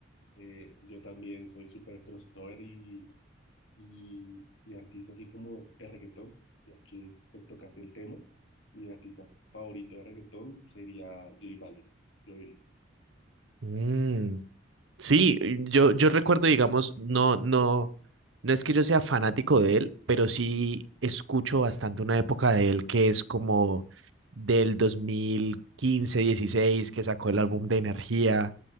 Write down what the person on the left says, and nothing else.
Eh, yo también soy súper crossover y, y mi artista así como de reggaetón, ya que pues tocaste el tema, mi artista favorito de reggaetón sería J Balvin, yo diría.